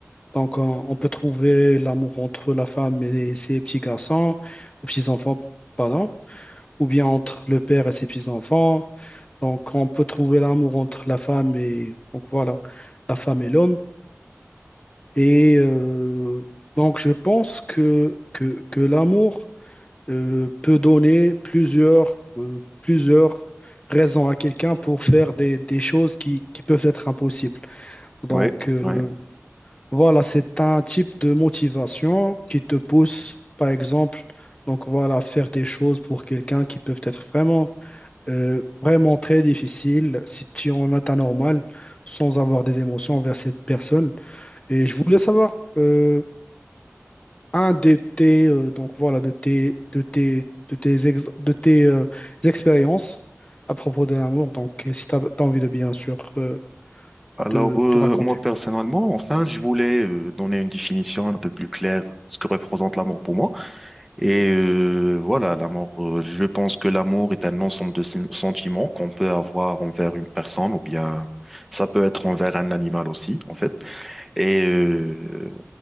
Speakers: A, on the left; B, in the centre.
A: Donc, on, on peut trouver l'amour entre la femme et ses petits garçons, ou petits-enfants, pardon, ou bien entre le père et ses petits-enfants. Donc, on peut trouver l'amour entre la femme et, donc voilà, la femme et l'homme. Et euh, donc, je pense que, que, que l'amour euh, peut donner plusieurs, euh, plusieurs raisons à quelqu'un pour faire des, des choses qui, qui peuvent être impossibles. Donc,
B: Ouais,
A: euh,
B: ouais.
A: voilà, c'est un type de motivation qui te pousse, par exemple, donc voilà, faire des choses pour quelqu'un qui peuvent être vraiment, euh, vraiment très difficiles si tu en as un normal sans avoir des émotions envers cette personne. Et je voulais savoir. euh, un de tes, euh, donc voilà, de tes, de tes, de tes, ex- de tes euh, expériences à propos de l'amour. Donc, euh, si tu as, envie de bien sûr euh,
B: Alors,
A: de,
B: euh,
A: de raconter.
B: moi, personnellement, enfin, je voulais euh, donner une définition un peu plus claire ce que représente l'amour pour moi. Et euh, voilà, l'amour, euh, je pense que l'amour est un ensemble de sen- sentiments qu'on peut avoir envers une personne ou bien ça peut être envers un animal aussi, en fait. Et euh,